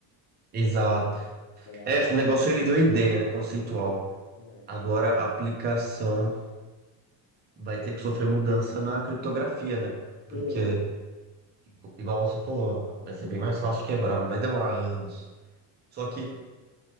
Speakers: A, on the right (about 20°); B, on the left (about 70°).
A: Exato.
B: Mas,
A: É, o negócio ele deu a ideia, né? Conceitual.
B: é,
A: Agora a aplicação vai ter que sofrer mudança na criptografia, né? Porque
B: é,
A: Igual você falou, vai ser bem mais fácil de quebrar, não vai demorar anos. Só que,